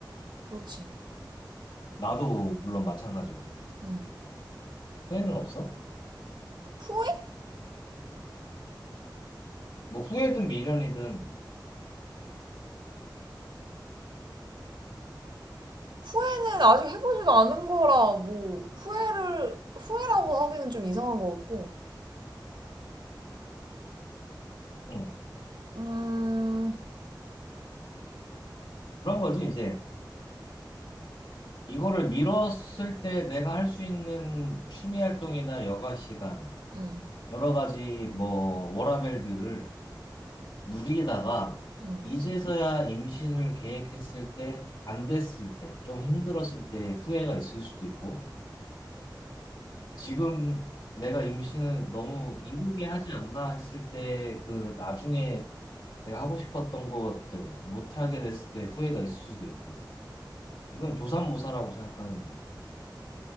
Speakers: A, on the right; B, on the left.
A: 그렇지
B: 나도 물론 마찬가지고.
A: 응
B: 후회는 없어?
A: 후회?
B: 뭐 후회든 미련이든
A: 후회는 아직 해보지도 않은 거라 뭐 후회를 후회라고 하기는 좀 이상한 것 같고
B: 응.
A: 음,
B: 그런 거지 이제. 이거를 미뤘을 때 내가 할 수 있는 취미 활동이나 여가 시간
A: 음,
B: 여러 가지 뭐 워라밸들을 누리다가
A: 음,
B: 이제서야 임신을 계획했을 때, 안 됐을 때, 좀 힘들었을 때 후회가 있을 수도 있고, 지금 내가 임신을 너무 이르게 하지 않나 했을 때 그 나중에 내가 하고 싶었던 것들 못하게 됐을 때 후회가 있을 수도 있고, 이건 조삼모사라고 생각하는데,